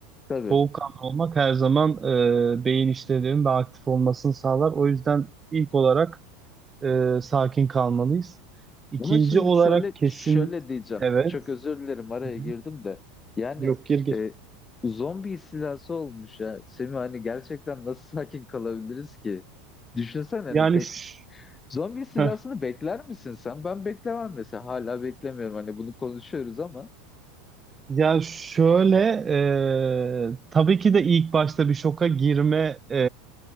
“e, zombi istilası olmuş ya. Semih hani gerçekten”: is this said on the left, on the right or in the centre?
Left